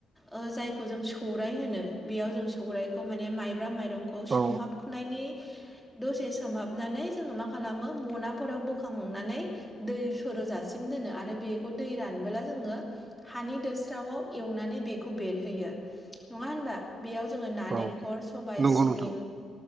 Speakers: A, in the centre; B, on the right.
A: ओ जायखौ जों सौराइ होनो बेयाव जों सौरायाइखौ माने माइब्रा माइरं खौ सोमहाबनायनि
B: औ
A: दसे सोमहाबनानै जोङो मा खालामो मनाफोराव बोखांनानै दै सर'जासिम दोनो आरो बेखौ दै रानबोला जोङो हानि दोस्रावआव एवनानै बेखौ बेरहोयो नङा होनबा बेयाव जोङो नालेंखर
B: औ
A: सबाय
B: नंगौ
A: सिबिं
B: नोंथां